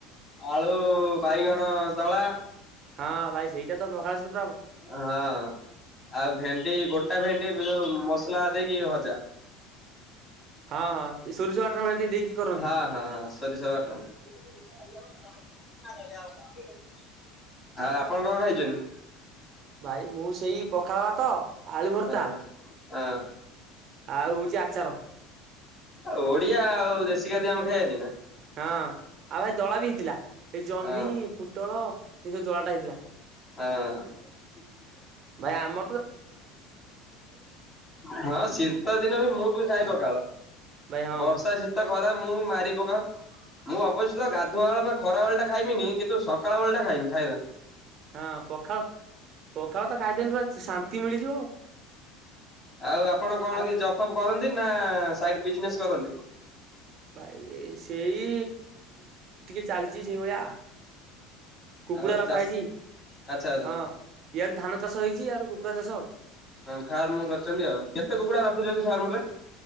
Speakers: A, on the left (about 30°); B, on the right (about 50°).
A: ଆଳୁ ବାଇଗଣ ଦଳା
B: ହଁ ଭାଇ ସେଇଟା ତ ପଖାଲ
A: ହଁ! ଆଉ ଭେଣ୍ଡି ଗୋଟା ଭେଣ୍ଡି ଯୋଉ ମସଲା ଦେଇକି ଭ ଜା
B: ହଁ ହଁ ସୋରିଷ ବାଟଣ ଭଳିଆ ଟିକେ ଦେଇକି କରନ୍ତି।
A: ହଁ ହଁ ହଁ ସୋରିସ ବାଟ ଆଉ ଆପଣ କଣ ଖାଇଛନ୍ତି?
B: ଭାଇ ମୁଁ ସେଇ ପଖାଳଭାତ, ଆଳୁଭରତା
A: ହଁ ହଁ!
B: ଆଉ ହଉଛି ଆଚାର।
A: ଆ ଓଡିଆ, ଆଉ ଦେଶୀ ଖାଦ୍ୟ ଆମେ ଖାଇଆନି ନା।
B: ହଁ ଆଉ ଭାଇ ଦଳା ବି ହେଇଥିଲା। ଏଇ ଜହ୍ନି,
A: ହଁ
B: ପୋଟଳ ଏଇ ସବୁ ଦଳା ଟା ହେଇଥିଲା।
A: ହଁ!
B: ଭାଇ ଆମ
A: ହଁ ଶୀତ ଦିନ ବି ମୁଁ ବି ଖାଏ ପଖାଳ।
B: ଭାଇ ହଁ
A: ବର୍ଷା, ଶୀତ, ଖରା ମୁଁ ମାରିିପକା ମୁଁ ଅବଶ୍ୟ ଗାଧୁଆଵେଳ ଖରାବେେଳ ଟା ଖାଇମିନି କିନ୍ତୁ ସକାଳବେଳ ଟା ଖାଇମି ଖାଈବା।
B: ହଁ ପଖାଳ, ପଖାଳ ତ ଖାଇଦନ ର ଶାନ୍ତି ମିଳିଯିବ।
A: ଆଉ ଆପଣ କଣ
B: ଆଉ
A: କିଛି ଜବ୍ ଫପ୍ କରନ୍ତି ନା ସାଇଡ ବିଜନେସ କରନ୍ତି?
B: ଭାଇରେ ସେଇ ଟିକେ ଚାଲିଛି ସେଇ ଭଳିଆ। କୁକୁଡ଼ା
A: ଆଉ
B: ରଖା
A: ଚାଷ
B: ହେଇଛି,
A: ଆଚ୍ଛା ଆଚ୍ଛା
B: ହଁ ଇଆଡୁ ଧାନ ଚାଷ ହେଇଛି ଆଡୁ କୁକୁଡ଼ା ଚାଷ।
A: ହ ଫାର୍ମ କରିଛନ୍ତି ଆଉ। କେତେ କୁକୁଡା ରଖୁଛନ୍ତି ଫାର୍ମରେ?